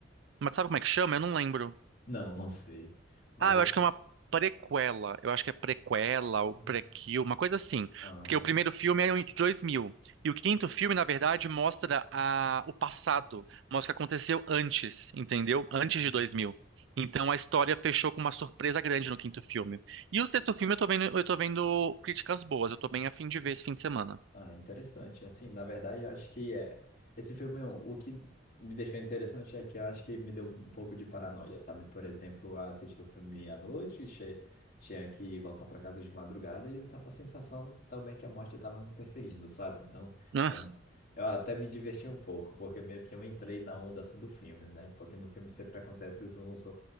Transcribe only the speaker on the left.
Não, não sei. Mas
assim.
Aham.
Aham.
Uhum.
Ah, interessante. Assim, na verdade, eu acho que é. Esse filme, o que me deixou interessante é que eu acho que ele me deu um pouco de paranoia, sabe? Por exemplo, eu assisti o filme à noite, che- tinha que voltar para casa de madrugada e eu tava com a sensação também que a morte estava me perseguindo, sabe? Então,
é um- eu até me diverti um pouco, porque meio que eu entrei na onda assim do filme, né? Porque no filme sempre acontece uns